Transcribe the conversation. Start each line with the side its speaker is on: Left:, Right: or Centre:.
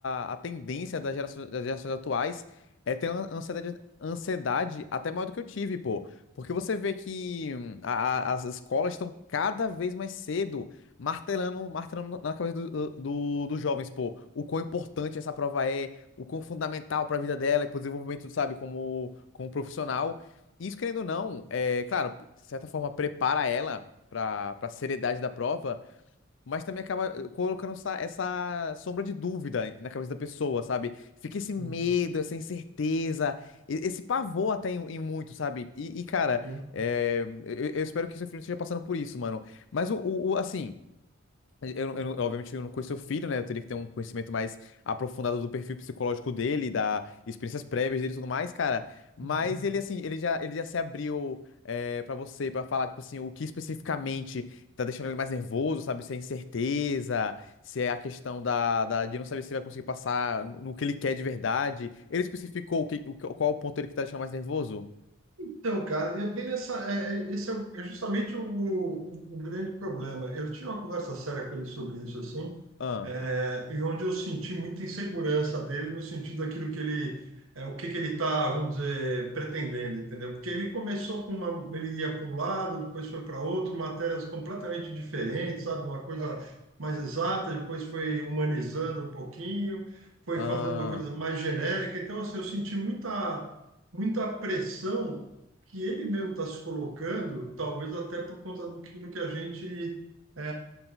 Left: a a tendência das gerações, das gerações atuais é ter uma ansiedade, ansiedade até maior do que eu tive, pô. Porque você vê que hum, a- a- as escolas estão cada vez mais cedo martelando, martelando na cabeça do, do- do- dos jovens, pô, o quão importante essa prova é, o quão fundamental para a vida dela e para o desenvolvimento, sabe, como, como profissional. Isso, querendo ou não, é, claro, de certa forma, prepara ela pra, pra seriedade da prova, mas também acaba eh, colocando essa, essa sombra de dúvida na cabeça da pessoa, sabe? Fica esse medo,
Right: uhum,
Left: essa incerteza, e- esse pavor até em, em muito, sabe? E, e, cara,
Right: Sim.
Left: eh, eu, eu espero que seu filho esteja passando por isso, mano. Mas o, o, o, assim. Eu, eu não- obviamente, eu não conheço o filho, né? Eu teria que ter um conhecimento mais aprofundado do perfil psicológico dele, da experiências prévias dele e tudo mais, cara. Mas
Right: uhum.
Left: ele, assim, ele já, ele já se abriu é, para você, pra falar, tipo assim, o que especificamente tá deixando ele mais nervoso, sabe? Se é incerteza, se é a questão da, da- de não saber se vai conseguir passar no, no que ele quer de verdade. Ele especificou o que, o, qual o ponto ele que tá deixando mais nervoso?
Right: Então, cara, é bem nessa, é, é- esse é, o- é justamente o, o, o grande problema. Eu tinha uma conversa séria com ele sobre isso, assim,
Left: Ah,
Right: é, e onde eu senti muita insegurança dele no sentido daquilo que ele, é, o que que ele está, vamos dizer, pretendendo, entendeu? Porque ele começou com uma, ele ia para um lado, depois foi para outro, matérias completamente diferentes, sabe? Uma coisa mais exata, depois foi humanizando um pouquinho, foi
Left: ah,
Right: fazendo uma coisa mais genérica. Então, assim, eu senti muita muita pressão que ele mesmo está se colocando, talvez até por conta do que do que a gente é,